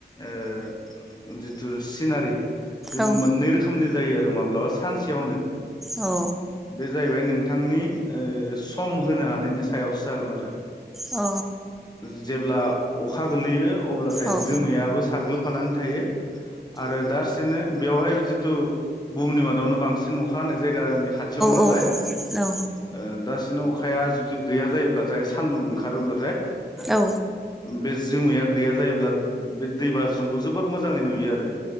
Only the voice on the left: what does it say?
ओ जिथु सिनारि बे
मोननै रोखोमनि जायो माब्लाबा सानसेयावनो
बे जाहैबाय नों थांनि ओ सम होनो हानायनि सायावसो जागोन आरो
जेब्ला अखा गोलैयो अब्लाथाय
जोमैयाबो साग्लोब फानानै थायो आरो दारसेनो बेवहाय जिथु बुहुमनि मादावनो बांसिन अखा हानाय जायगानि खाथियावनो नालाय
ओ दा नो अखाया जुदि गैया जायोब्लाथाय सान्दुं ओंखारोब्लाथाय
बेस जोमैया गैया जायोब्ला बे दै बाज्रुमखौ जोबोर मोजाङै नुयो आरो